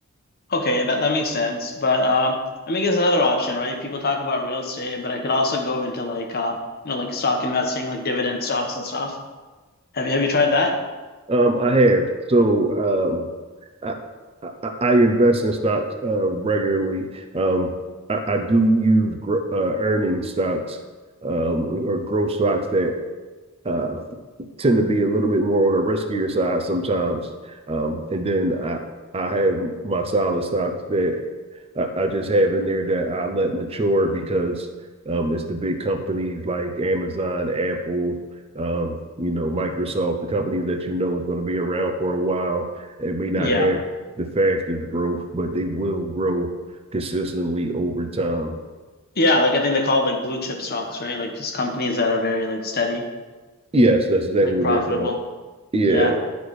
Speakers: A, on the left; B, on the right.
A: Okay, that that makes sense. But um I mean, there's another option, right? People talk about real estate, but I could also go into like um you know like stock investing, like dividend stocks and stuff. Have you have you tried that?
B: Um, I have. So um, I, I, I invest in stocks uh, regularly. Um, I, I do use gr- uh, earning stocks um, or growth stocks that uh, tend to be a little bit more on the riskier side sometimes. Um, and then I I have my solid stocks that I, I just have in there that I let mature because um, it's the big companies like Amazon, Apple, um, you know, Microsoft, the companies that you know is going to be around for a while and may not
A: Yeah.
B: have the fastest growth, but they will grow consistently over time.
A: Yeah, like I think they call it like blue chip stocks, right? Like just companies that are very like steady,
B: Yes, that's exactly
A: like
B: what
A: profitable.
B: they're called. Yeah.
A: Yeah.